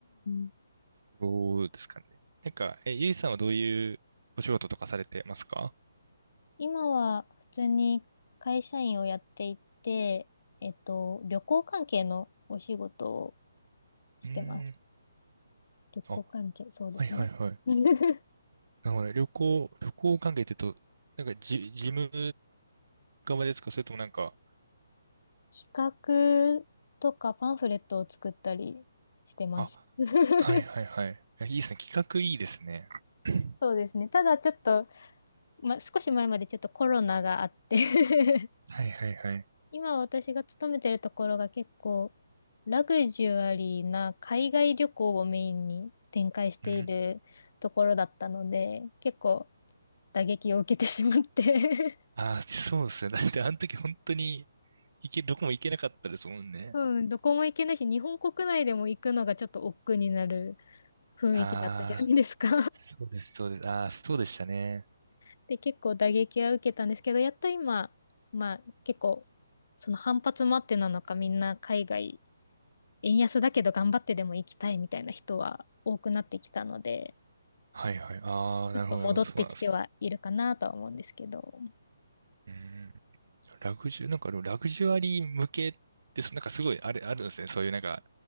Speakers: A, on the left; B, on the right.
A: ん。
B: ところですかね。なんか、え、ゆいさんはどういうお仕事とかされてますか
A: 今は普通に会社員をやっていて、えっと、旅行関係のお仕事をしてます。
B: うーん。
A: 旅行関係、
B: あ、
A: そうですね。
B: はいはいはい。
A: <laughs>
B: なるほどね。旅行、旅行関係って言うと、なんかじ、事務側ですかそれともなんか、
A: 企画とかパンフレットを作ったりしてます。
B: あ、
A: <laughs>
B: はいはいはい。いやいいですね。企画いいですね。<coughs>
A: そうですね。ただちょっと、ま、少し前までちょっとコロナがあって
B: <clears throat>
A: <laughs>
B: はいはいはい。
A: 今私が勤めてるところが結構ラグジュアリーな海外旅行をメインに展開しているところだったので、
B: うん。
A: 結構打撃を受けてしまって
B: ああ、そうですね。だってあの時本当に行け、どこも行けなかったですもんね。
A: <laughs> うん、どこも行けないし、日本国内でも行くのがちょっと億劫になる雰囲気だったじゃないですか
B: ああ、そうです、そうです。ああ、そうでしたね。
A: <laughs> で、結構打撃は受けたんですけど、やっと今、まあ結構その反発もあってなのかみんな海外円安だけど頑張ってでも行きたいみたいな人は多くなってきたので、
B: はいはい。ああ、
A: ちょっと戻ってきてはいるかなとは思うんですけど。
B: なるほど、なるほど。そうなんです。うん。ラグジュ、なんかでもラグジュアリー向けって、そなんかすごいある、あるんですね。そういうなんか